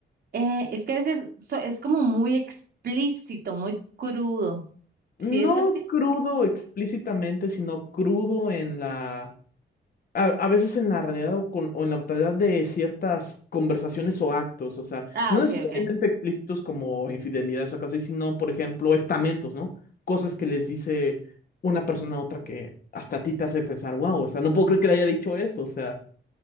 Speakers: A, on the right (about 55°); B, on the left (about 55°).
A: eh, es que a veces so- es como muy explícito, muy crudo.
B: No
A: ¿Sí es así?
B: crudo explícitamente, sino crudo en la a, a veces en la realidad o, con- o en la brutalidad de ciertas conversaciones o actos, o sea,
A: Ah,
B: no
A: ok,
B: necesariamente
A: ok.
B: explícitos como infidelidades o cosas, así, sino, por ejemplo, estamentos, ¿no? Cosas que les dice una persona a otra que hasta a ti te hace pensar, wow, o sea, no puedo creer que le haya dicho eso, o sea,